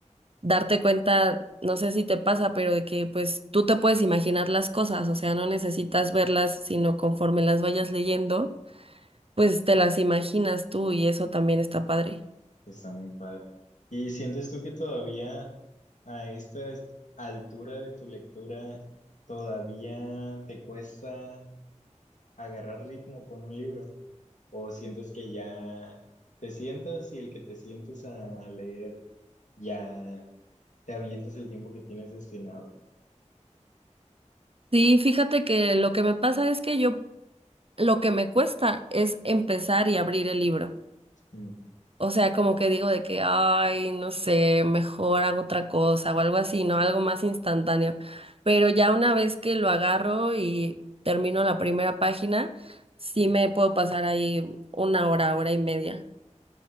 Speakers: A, on the right; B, on the left.
A: darte cuenta, no sé si te pasa, pero de que pues tú te puedes imaginar las cosas, o sea, no necesitas verlas, sino conforme las vayas leyendo, pues te las imaginas tú y eso también está padre.
B: Está muy padre. ¿Y sientes tú que todavía a esta es- altura de tu lectura todavía te cuesta agarrar ritmo con un libro? ¿O sientes que ya te sientas y el que te sientes a leer ya te avientas el tiempo que tienes destinado?
A: Sí, fíjate que lo que me pasa es que yo, lo que me cuesta es empezar y abrir el libro.
B: Mm,
A: O sea, como que digo de que, ay, no sé, mejor hago otra cosa o algo así, ¿no? Algo más instantáneo. Pero ya una vez que lo agarro y termino la primera página, sí me puedo pasar ahí una hora, hora y media.